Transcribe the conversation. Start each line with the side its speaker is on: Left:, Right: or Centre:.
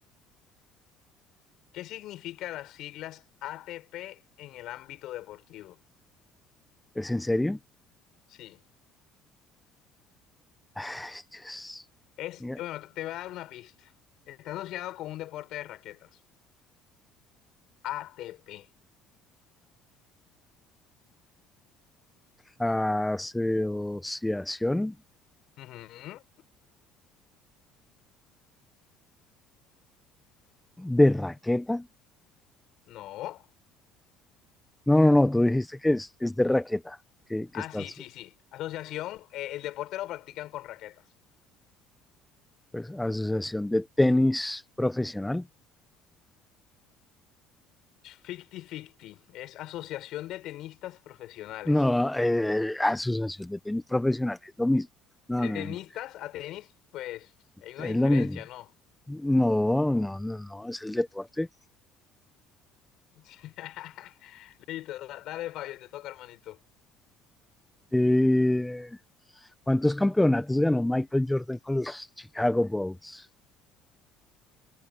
Left: ¿qué significa las siglas ATP en el ámbito deportivo?
Centre: ¿Es en serio?
Left: Sí,
Centre: <sighs> Ay, Dios.
Left: es,
Centre: Mira,
Left: bueno, te te voy a dar una pista. Está asociado con un deporte de raquetas. ATP.
Centre: Asociación
Left: Ujú,
Centre: de raqueta.
Left: No.
Centre: No, no, no. Tú dijiste que es, es de raqueta. Que, que
Left: Ah,
Centre: estás.
Left: sí, sí, sí. Asociación, eh, el deporte lo practican con raquetas.
Centre: Pues, asociación de tenis profesional.
Left: 50-50, es asociación de tenistas profesionales.
Centre: No, eh, asociación de tenis profesional. Es lo mismo. No,
Left: De
Centre: no,
Left: tenistas
Centre: no.
Left: a tenis, pues hay una
Centre: Es
Left: diferencia,
Centre: lo mismo.
Left: ¿no?
Centre: No, no, no, no. Es el deporte.
Left: <laughs> Listo, da- dale Fabio, te toca, hermanito.
Centre: Eh, ¿Cuántos campeonatos ganó Michael Jordan con los Chicago Bulls?